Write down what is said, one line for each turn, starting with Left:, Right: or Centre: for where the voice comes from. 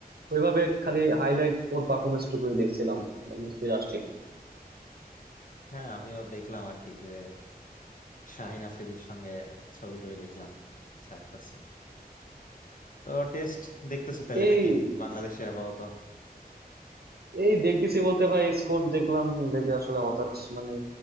Right: ওইভাবে খালি হাইলাইট ওর পারফরমেন্স টুকুই দেখছিলাম মানে নিউজ ফিড আসছিল
Left: হ্যাঁ আমিও দেখলাম আর কি যে শাহিন আফ্রিদির সঙ্গে ছবি টবি দেখলাম ছাড়তেছে তো টেস্ট দেখতেছো তাহলে
Right: এই
Left: নাকি বাংলাদেশে আপাতত
Right: এই দেখতেছি বলতে ভাই স্কোর দেখলাম দেখে আসলে হতাশ মানে